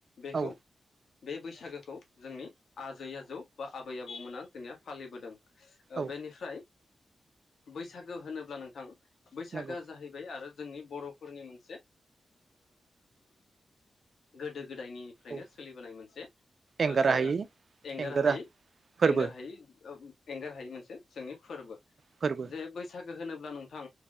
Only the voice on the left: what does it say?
बेखौ
बे बैसागोखौ जोंनि आजै आजौ बा आबै आबौमोना जोंनिया फालिबोदों
बेनिफ्राय बैसागो होनोब्ला नोंथां बैसागोआ
जाहैबाय आरो जोंनि बरफोरनि मोनसे गोदो गोदायनि फ्रायनो
सोलिबोनाय मोनसे
ओ
एंरंगार
हायै
एंगार हायै एंगार हायै मोनसे जोंनि फोरबो
जे बैसागो होनोब्ला नोंथां